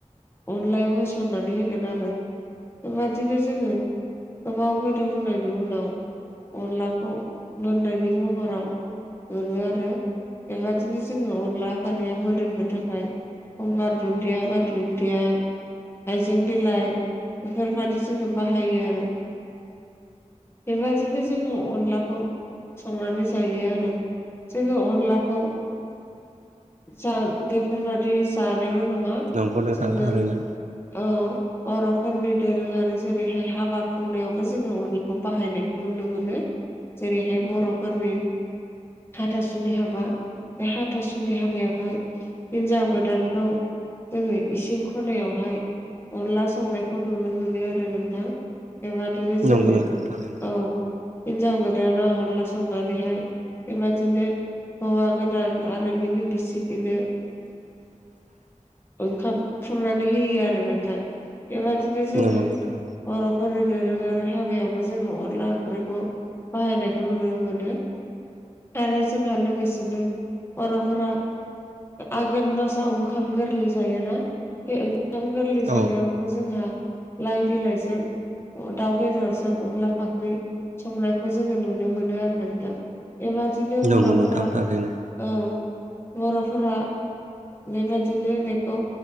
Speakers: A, on the left (about 20°); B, on the right (about 75°).
A: अनलायाव होसननानै होगोन आरो बेबायदिनो जोङो गोबाव गोदौ बोनायनि उनाव अनलाखौ बिनि महराव मोनो आरो बेबादिनो जोङो अनला फारिया मोदोमनो थाखाय गंगार दुन्दिया बा दुन्दिया हइजें बिलाइ बेफोरबादि जोङो बाहायो आरो बेबायदिनो जोङो अनलाखौ संनानै जायो आरो जोङो अनलाखौ जा बेफोरबादि जानायल' नङा
B: नंगौ नोंथां
A: जोङो
B: थारैनो
A: औ बर'फोरनि दोरोङारि जेरैहाय हाबा खुंनायावबो जोङो अनेगखौ बाहायनायखौ नुनो मोनो जेरैहाय बर'फोरनि हाथा सिनि हाबा बे हाथासिनि हाबायावहाय हिनजाव गोदानखौ जोङो इसिं खनायावहाय अनला संनायखौ नुनो मोनो आरो नोंथां एबादनो
B: नंगौ
A: जोङो
B: नोंथां थारैनो
A: औ हिनजाव गो दाना अनदला संनानैहाय बेबदिनो हौवा गोदान आरो बिनि बिसिफिनो
B: <inaudible>
A: ओंखाम खुरनानै होयो आरो नोंथां। बेबादिनो जोङो
B: नंगौ नोंथां
A: बर'फोरनि दोरोङारि हाबायावबो जोङो अनला ओंख्रिखौ बाहायनायखौ नुनो मोनो आरो जोंहा लोगोसेनो बर'फोरा आघोन मासाव ओंखाम गोरलै जायोना बे ओंखाम गोरलै जानायाव
B: औ
A: आरो जोंहा लाइ बिलाइजों दाउ बेदरजों अनला फाख्रि संनाय खौ जोङो नुनो मोनो आरो नोंथां बेबादिनो
B: नंगौ
A: बर'फोरा
B: नोंथां
A: औ
B: थारैनो
A: बर'फोरा बेबादिनो बेखौ